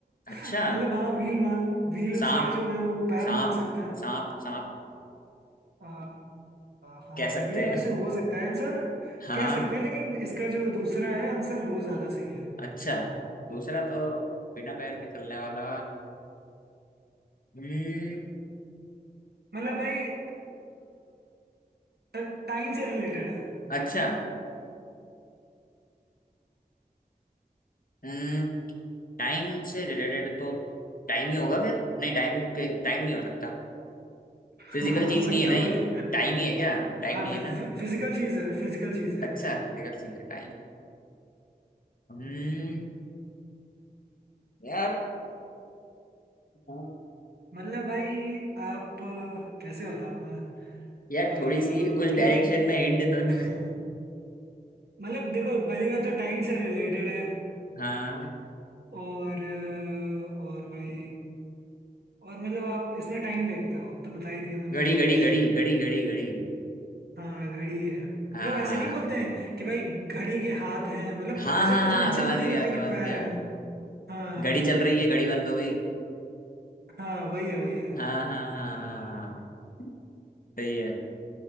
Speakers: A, on the left; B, on the right.
A: अच्छा
B: <laughs> मतलब हाँ व्हील मान व्हील
A: सांप
B: उसके जो है वो पैर
A: सांप
B: मान सकते हैं
A: सांप सांप
B: आ, हाँ
A: कह सकते
B: ये
A: हैं
B: वैसे हो सकता है आंसर
A: <laughs> हाँ
B: कह सकते हैं लेकिन इसका जो दूसरा है आंसर वो ज्यादा सही है
A: अच्छा
B: थोड़ा
A: दूसरा तो बिना पैर के चलने वाला हम्म
B: मतलब भाई टाइम से रिलेटेड है
A: अच्छा हम्म टाइम से रिलेटेड तो टाइम ही होगा फिर नहीं टाइम के टाइम नहीं हो सकता
B: <laughs> हाँ,
A: फिजिकल चीज
B: वही
A: नहीं है ना
B: तो
A: ये
B: भाई
A: टाइम ही है क्या टाइम
B: हाँ
A: नहीं
B: फि,
A: है ना
B: फि, फिजिकल चीज है फिजिकल चीज है
A: अच्छा फिजिकल चीज है टाइम हम्म यार हाँ,
B: मतलब भाई आप अ, कैसे बताऊं मैं
A: यार
B: अ,
A: थोड़ी सी उस
B: मतलब
A: डायरेक्शन में हिंट दो ना
B: <laughs> मतलब देखो पहली बात तो टाइम से रिलेटेड है
A: हाँ
B: और अ, और भाई और मतलब आप इसमें टाइम देखते हो तो बता ही दिया मैंने
A: घड़ी
B: ऑलमोस्ट
A: घड़ी घड़ी घड़ी घड़ी घड़ी
B: हाँ घड़ी है मतलब
A: हाँ
B: ऐसे नहीं बोलते हैं कि भाई घड़ी के हाथ हैं मतलब
A: हाँ
B: ऐसा
A: हाँ
B: कुछ
A: हाँ
B: मेंशन
A: समझ
B: तो नहीं
A: गया
B: करते
A: समझ
B: कि पैर
A: गया
B: हैं हाँ
A: घड़ी चल रही है घड़ी बंद हो गई
B: हाँ वही है वही है
A: हाँ हाँ हाँ हाँ हाँ, हाँ, हाँ। सही है